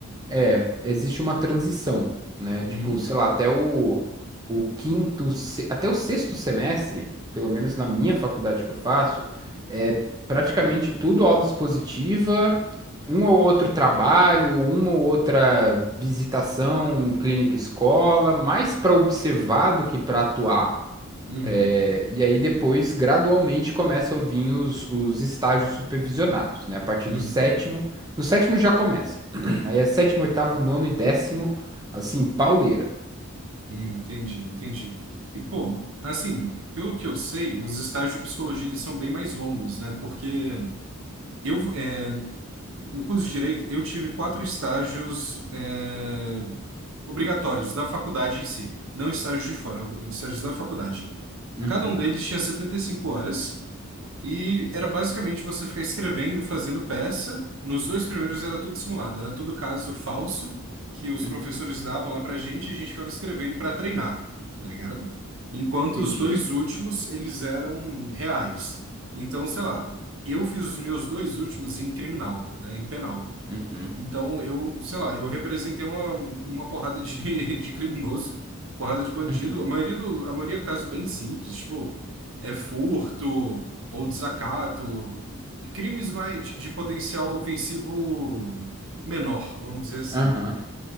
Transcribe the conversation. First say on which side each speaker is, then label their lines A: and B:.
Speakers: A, on the right; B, on the right.
A: É, existe uma transição, né?
B: Uhum,
A: Tipo, sei lá, até o, o quinto, se- até o sexto semestre, pelo menos na minha faculdade que eu faço, é praticamente tudo aula expositiva, um ou outro trabalho, uma ou outra visitação em clínica e escola, mais para observar do que para atuar.
B: uhum,
A: É, e aí depois, gradualmente, começam a vir os, os estágios supervisionados, né? A partir
B: uhum.
A: do sétimo, no sétimo já começa. <clears throat> Aí é sétimo, oitavo, nono e décimo, assim, pauleira.
B: Hum, Entendi, entendi. E, pô, assim, pelo que eu sei, os estágios de psicologia eles são bem mais longos, né? Porque eu, é, no curso de Direito, eu tive quatro estágios, é, obrigatórios da faculdade em si, não estágios de fora, estágios da faculdade.
A: Uhum,
B: Cada um deles tinha 75 horas e era basicamente você ficar escrevendo, fazendo peça. Nos dois primeiros era tudo simulado, era tudo caso falso que os
A: uhum,
B: professores davam lá pra gente e a gente ficava escrevendo para treinar, tá ligado? Enquanto
A: Entendi.
B: os dois últimos, eles eram reais. Então, sei lá, eu fiz os meus dois últimos em criminal, né, em penal.
A: uhum,
B: Então, eu, sei lá, eu representei uma, uma porrada de, <laughs> de criminoso, porrada de bandido.
A: uhum.
B: A maioria do, a maioria é caso bem simples, tipo, é furto ou desacato, e crimes mais de, de potencial ofensivo menor, vamos dizer assim.
A: Aham.